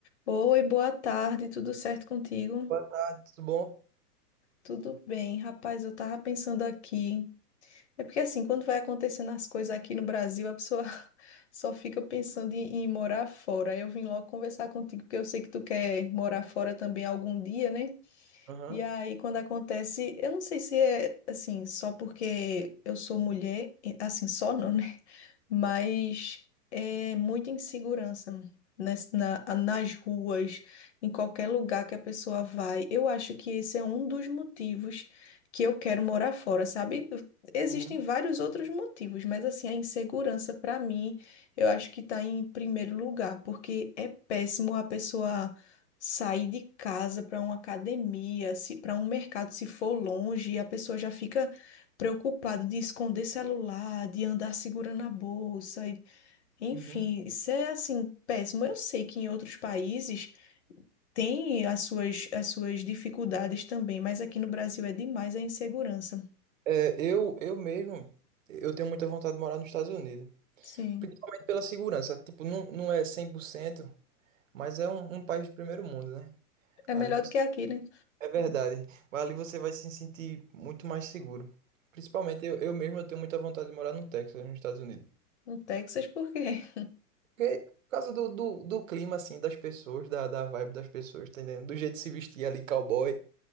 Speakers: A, on the left (about 45°); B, on the right (about 55°).
A: Oi, boa tarde, tudo certo contigo?
B: Boa tarde, tudo bom?
A: Tudo bem, rapaz, eu tava pensando aqui. É porque assim, quando vai acontecendo as coisas aqui no Brasil, a pessoa <laughs> só fica pensando em, em morar fora. Eu vim logo conversar contigo, porque eu sei que tu quer morar fora também algum dia, né?
B: Aham,
A: E aí, quando acontece, eu não sei se é assim, só porque eu sou mulher, e- assim, só não, né? Mas é muita insegurança nas, na- nas ruas, em qualquer lugar que a pessoa vai. Eu acho que esse é um dos motivos que eu quero morar fora, sabe? Existem
B: uhum,
A: vários outros motivos, mas assim, a insegurança, para mim, eu acho que tá em primeiro lugar, porque é péssimo a pessoa sair de casa para uma academia, se para um mercado, se for longe, e a pessoa já fica preocupada de esconder celular, de andar segurando a bolsa, e- enfim,
B: uhum.
A: isso é assim péssimo. Eu sei que em outros países tem as suas as suas dificuldades também, mas aqui no Brasil é demais a insegurança.
B: É, eu, eu mesmo, eu tenho muita vontade de morar nos Estados Unidos.
A: Sim,
B: Principalmente pela segurança. Tipo, não, não é 100%, mas é um, um país de primeiro mundo, né?
A: é
B: Ali
A: melhor
B: você...
A: do que aqui, né?
B: É verdade. Mas ali você vai se sentir muito mais seguro. Principalmente eu, eu mesmo, eu tenho muita vontade de morar no Texas, nos Estados Unidos.
A: No Texas, por quê? <laughs>
B: Porque, por causa do, do, do clima, assim, das pessoas, da, da vibe das pessoas, tá entendendo? Do jeito de se vestir ali, cowboy,